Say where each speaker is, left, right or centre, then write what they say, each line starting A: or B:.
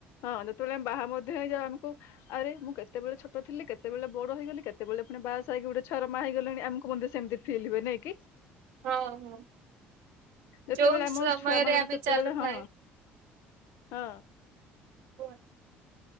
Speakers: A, on the left; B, on the right.
A: ହଁ ଯେତେବେଳେ ଆମେ ବାହା ମ ହେଇଯାଉ ଆମୁକୁ ଆରେ ମୁଁ କେତେବେଳେ ଛୋଟ ଥିଲି କେତେବେଳେ ବଡ ହେଇଗଲି କେତେ ବେଳେ ଫୁଣି ବାହା ସା ହେଇକି ଗୋଟେ ଛୁଆର ମା ହେଇଗଲେଣି ଆମକୁ ମଧ୍ୟ୍ୟ ସେମତି ଫିଲ୍ ହୁଏ ନାଇଁ କି।
B: ହଁ ହଁ।
A: ଯେତେବେଳେ
B: ଯୋଉ
A: ଆମ
B: ସମୟରେ
A: ଛୁଆମାନେ
B: ଆମେ
A: ତେତେବେଳେ
B: ଚାଲୁଥାଏ
A: ହଁ ହଁ
B: କୁହନ୍